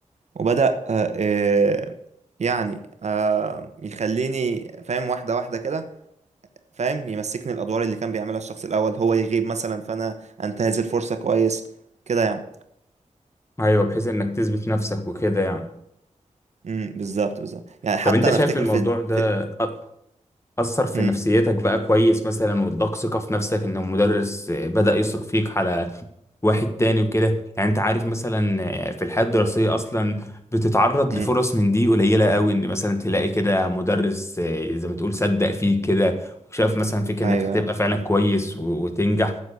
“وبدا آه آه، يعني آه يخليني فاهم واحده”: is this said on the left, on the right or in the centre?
Right